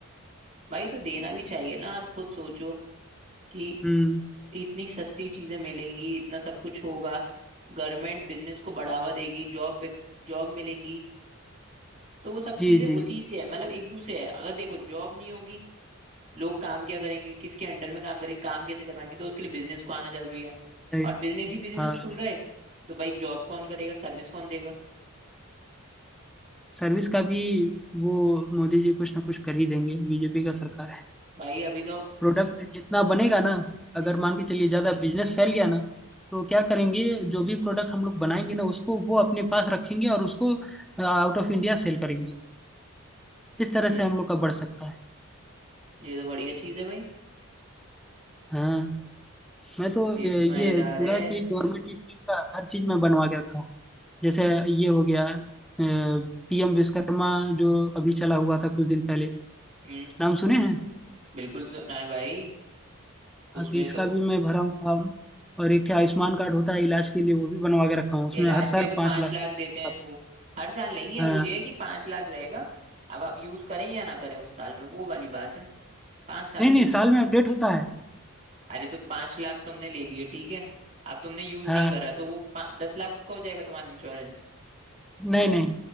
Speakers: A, on the right; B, in the centre.
A: भाई तो देना भी चाहिए ना आप खुद सोचो कि
B: हम्म
A: इतनी सस्ती चीजें मिलेंगी इतना सब कुछ होगा गवर्नमेंट बिजनेस को बढ़ावा देगी जॉब जॉब मिलेंगी तो वो सब
B: जी
A: चीजें उसी
B: जी
A: से है मतलब एक दूसरे है अगर देखो जॉब नहीं होगी लोग काम क्या करेंगे किसके अंडर में काम करेंगे काम कैसे करवाएंगे तो उसके लिए बिजनेस को आना जरूरी है
B: सही
A: और
B: बात
A: बिजनेस ही बिजनेस
B: हाँ
A: खुल गए तो भाई जॉब कौन करेगा सर्विस कौन देगा
B: सर्विस का भी वो मोदी जी कुछ ना कुछ कर ही देंगे बीजेपी का सरकार है
A: भाई अभी तो
B: प्रोडक्ट जितना बनेगा ना
A: हम्म,
B: अगर मान के चलिए ज़्यादा बिजनेस फैल गया ना तो क्या करेंगे जो भी प्रोडक्ट हम लोग बनाएंगे ना उसको वो अपने पास रखेंगे और उसको आउट ऑफ इंडिया सेल करेंगे इस तरह
A: ये
B: से हम लोग का बढ़ सकता है
A: ये तो बढ़िया चीज है भाई
B: हाँ मैं तो
A: ये
B: ये,
A: तो मजेदार
B: ये पूरा
A: है
B: चीज गवर्नमेंट स्कीम का हर चीज मैं बनवा के रखा हूँ जैसे ये हो गया पीएम विश्वकर्मा जो अभी चला हुआ था कुछ दिन पहले
A: हम्म
B: नाम सुने हैं
A: बिल्कुल सुना है भाई उसमें
B: हाँ तो इसका
A: तो
B: भी मैं भरा हूँ फॉर्म और एक ठे आयुष्मान कार्ड होता है इलाज के लिए वो भी बनवा के रखा हूँ उसमें
A: इलाज
B: हर
A: के
B: साल
A: लिए तो
B: पाँच
A: पांच
B: लाख
A: लाख
B: रुपए
A: देते हैं
B: आता
A: वो हर साल नहीं है
B: है।
A: वो
B: हाँ
A: ये है कि पांच लाख रहेगा अब आप यूज करें या ना करें उस साल में वो वाली बात है पांच साल
B: नहीं नहीं साल में अपडेट होता है
A: अरे तो पांच लाख तुमने ले लिए ठीक है अब तुमने यूज
B: हाँ
A: नहीं करा तो वो पा- दस लाख का हो जाएगा तुम्हारा इंश्योरेंस
B: नहीं नहीं